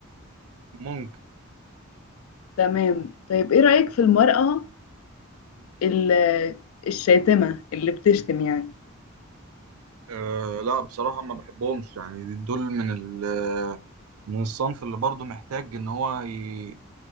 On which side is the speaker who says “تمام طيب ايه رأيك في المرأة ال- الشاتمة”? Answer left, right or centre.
Left